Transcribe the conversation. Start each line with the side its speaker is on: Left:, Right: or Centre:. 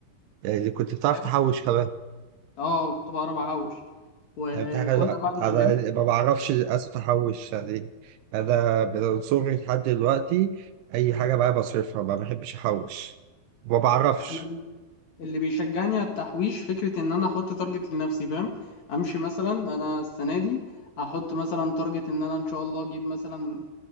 Right: يعني كنت بتعرف
Left: فاهم
Right: تحوش كمان.
Left: اه كنت بعرف احوش وكنا
Right: دي حاجة
Left: بعد ما
Right: أنا
Left: نلم
Right: ما بعرفش للأسف أحوش يعني أنا من صغري لحد دلوقتي أي حاجة معايا بصرفها ما بحبش أحوش ما بعرفش
Left: انا اللي بيشجعني على التحويش فكرة إن أنا أحط تارجت لنفسي فاهم أمشي مثلا أنا السنة دي هحط مثلا تارجت إن أنا إن شاء الله أجيب مثلا